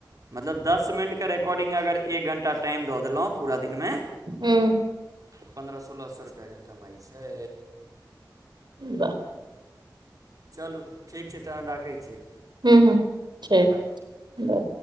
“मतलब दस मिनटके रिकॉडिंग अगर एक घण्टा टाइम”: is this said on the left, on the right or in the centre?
Right